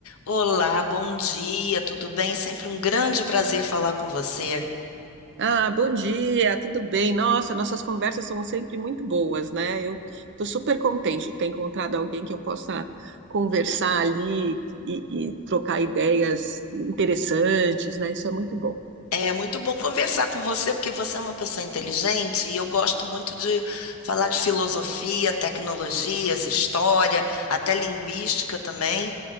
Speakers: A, on the left; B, on the right.
A: Olá, bom dia, tudo bem? Sempre um grande prazer falar com você.
B: Ah, bom dia, tudo bem? Nossa, nossas conversas são sempre muito boas, né? Eu estou super contente de ter encontrado alguém que eu possa conversar ali e, e trocar ideias interessantes, né? Isso é muito bom.
A: É muito bom conversar com você, porque você é uma pessoa inteligente e eu gosto muito de falar de filosofia, tecnologias, história, até linguística também.